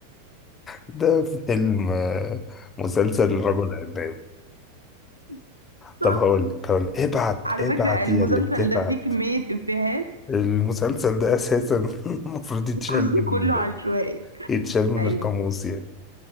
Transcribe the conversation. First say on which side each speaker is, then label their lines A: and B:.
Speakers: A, on the left; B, on the right.
A: ده فيلم آه، مسلسل رجل عناب
B: <laughs> صح
A: طب هقول لك هقول لك ابعت
B: على
A: ابعت
B: فكرة المسلسل
A: يا اللي بتبعت
B: ده فيه كمية إفيهات
A: المسلسل ده اساسا <laughs> المفروض يتشال
B: <laughs>
A: من
B: كله عشوائي
A: يتشال من
B: ايوه
A: القاموس يعني